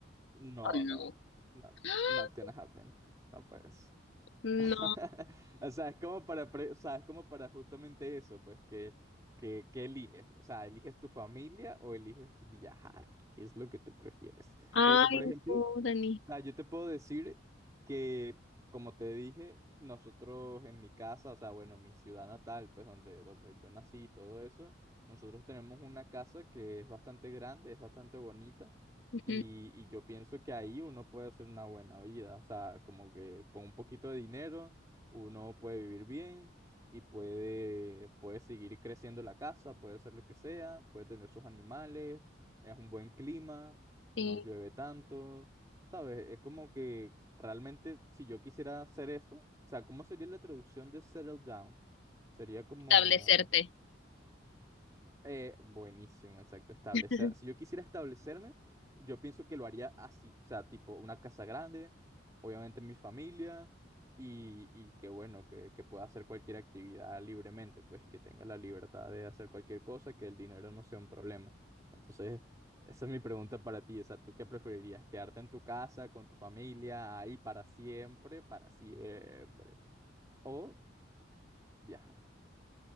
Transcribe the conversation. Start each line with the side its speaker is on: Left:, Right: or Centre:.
Right: No,
Left: o no.
Right: no, no,
Left: ¡Ah!
Right: not gonna happen. No puedes.
Left: No.
Right: <laughs> O sea, es como para, pre- o sea, es como para justamente eso, pues, que, que, que eliges. O sea, ¿eliges tu familia o eliges viajar? ¿Qué es lo que tú prefieres?
Left: Ay,
Right: Porque, por ejemplo,
Left: no, Dani.
Right: Ah, yo te puedo decir que, como te dije, nosotros en mi casa, o sea, bueno, mi ciudad natal, pues donde, donde yo nací y todo eso, nosotros tenemos una casa que es bastante grande, es bastante bonita,
Left: Ujú,
Right: y, y yo pienso que ahí uno puede hacer una buena vida, o sea, como que con un poquito de dinero uno puede vivir bien y puede, puede seguir creciendo la casa, puede hacer lo que sea, puede tener sus animales, es un buen clima, no
Left: Sí,
Right: llueve tanto. ¿Sabes? Es como que realmente si yo quisiera hacer eso, o sea, ¿cómo sería la traducción de settle down? Sería como...
Left: establecerte.
Right: Eh, buenísimo, exacto. Establecer.
Left: <laughs>
Right: Si yo quisiera establecerme, yo pienso que lo haría así. O sea, tipo una casa grande, obviamente mi familia, y, y que bueno, que, que pueda hacer cualquier actividad libremente, pues que tenga la libertad de hacer cualquier cosa, que el dinero no sea un problema. Entonces, esa es mi pregunta para ti. O sea, ¿tú qué preferirías? ¿Quedarte en tu casa, con tu familia, ahí para siempre, para siempre? ¿O viajar?